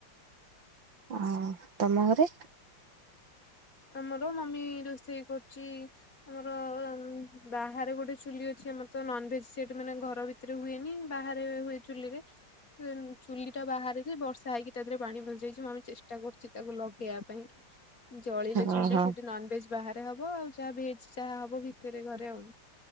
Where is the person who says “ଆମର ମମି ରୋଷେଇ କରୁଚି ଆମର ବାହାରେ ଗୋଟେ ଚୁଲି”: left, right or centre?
Left